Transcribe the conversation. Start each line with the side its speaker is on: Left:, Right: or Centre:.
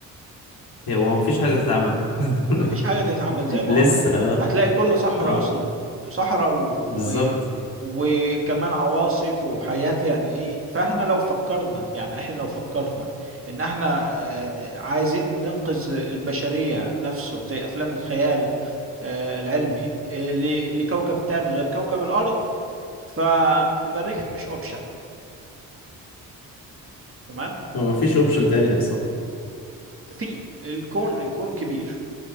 Left: هو مفيش حاجة تتعمل <laughs>
Right: مفيش حاجة تتعمل زي ما
Left: لسه
Right: قلت
Left: اه
Right: هتلاقي كل صحراء
Left: اه
Right: أصلا صحراء و...
Left: بالظبط
Right: وكمان عواصف وحياة يعني إيه فإحنا لو فكرنا يعني إحنا لو فكرنا إن إحنا آه، عايزين ننقذ البشرية نفسه زي أفلام الخيال آه، العلمي آه، ل- لكوكب تاني غير كوكب الأرض فالمريخ مش أوبشن تمام
Left: هو مفيش اوبشن تانية صح
Right: في الكون الكون كبير